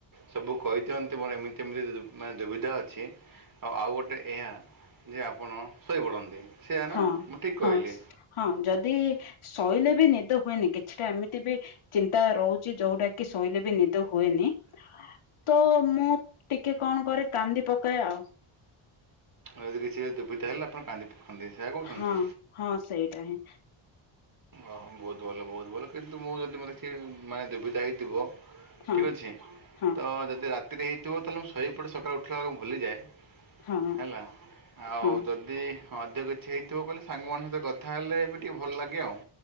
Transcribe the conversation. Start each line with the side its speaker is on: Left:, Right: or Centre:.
Right: ସବୁ କହି ଦିଅନ୍ତି ମୋର ଏମିତି ଏମିତି ମାନେ ଦୁବିଧା ଅଛି। ହ ଆଉ ଗୋଟେ ଏହା ଯେ ଆପଣ ଶୋଇପଡ଼ନ୍ତି ସେଆ ନା
Left: ହଁ
Right: ମୁଁ ଠିକ୍ କହିଲି।
Left: ହଁ ହଁ ଯଦି ଶୋଇଲେ ବି ନିଦ ହୁଏନି କିଛିଟା ଏମିତି ବି ଚିନ୍ତା ରହୁଛି ଯୋଉଟା କି ଶୋଇଲେ ବି ନିଦ ହୁଏନି। ତ ମୁଁ ଟିକେ କଣ କରେ କାନ୍ଦି ପକାଏ ଆଉ।
Right: ଯଦି କିଛି ଦୁବିଧା ହେଲେ ଆପଣ କାନ୍ଦି ପକାନ୍ତି ସେୟା କହୁଛନ୍ତି।
Left: ହଁ ହଁ ସେଇଟା ହିଁ
Right: ଓହୋ ବହୁତ ଭଲ ବହୁତ ଭଲ କିନ୍ତୁ ମୁଁ ଯଦି ମୋତେ କିଏ ମାନେ ଦୁବିତା ହେଇଥିବ
Left: ହଁ
Right: ଠିକ ଅଛି
Left: ହଁ
Right: ତ ଯଦି ରାତିରେ ହେଇଥିବ ତାହେଲେ ମୁଁ ଶୋଇପଟେ ସକାଳୁ ଉଠିଲା ବେଳକୁ ଭୁଲିଯାଏ।
Left: ହଁ
Right: ହେଲା ଆଉ
Left: ହଁ
Right: ଯଦି ହଁ ଅଧିକ କିଛି ହେଇଥିବ କହିଲେ ସାଙ୍ଗମାନଙ୍କ ସହିତ କଥା ହେଲେ ଏବେ ଟିକେ ଭଲ ଲାଗେ ଆଉ।